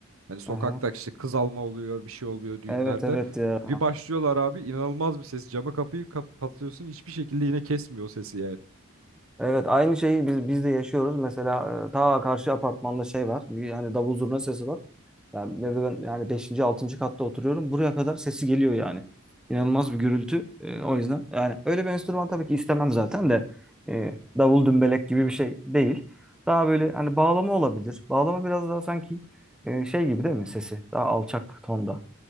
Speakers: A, on the right (about 75°); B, in the centre.
A: Hani sokakta
B: Aha.
A: işte kız alma oluyor, bir şey oluyor düğünlerde.
B: Evet evet ya.
A: Bir başlıyorlar abi inanılmaz bir ses. Camı kapıyı kapatıyorsun hiçbir şekilde yine kesmiyor o sesi yani.
B: Evet aynı şeyi biz, biz de yaşıyoruz. Mesela e, ta karşı apartmanda şey var. Bir, yani davul zurna sesi var. Yani, ve ve ben yani beşinci 6. katta oturuyorum. Buraya kadar sesi geliyor yani. İnanılmaz bir gürültü. E, o yüzden yani öyle bir enstrüman tabii ki istemem zaten de e, davul dümbelek gibi bir şey değil. Daha böyle hani bağlama olabilir. Bağlama biraz daha sanki e, şey gibi değil mi sesi? Daha alçak tonda.